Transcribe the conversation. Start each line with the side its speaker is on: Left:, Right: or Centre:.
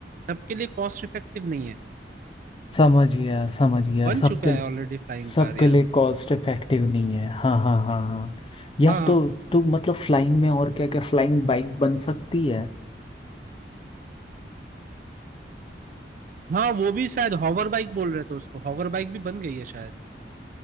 Right: सबके लिए कॉस्ट इफेक्टिव नहीं है
Left: समझ गया समझ गया
Right: बन
Left: सबके
Right: चुका है ऑलरेडी फ्लाइंग
Left: सबके
Right: कार यार
Left: लिए कॉस्ट इफेक्टिव नहीं है हाँ हाँ हाँ हाँ यार
Right: हाँ
Left: तो तो मतलब फ्लाइंग में और क्या क्या फ्लाइंग बाइक बन सकती है
Right: हाँ वो भी शायद हॉवर बाइक बोल रहे थे उसको हॉवर बाइक भी बन गई है शायद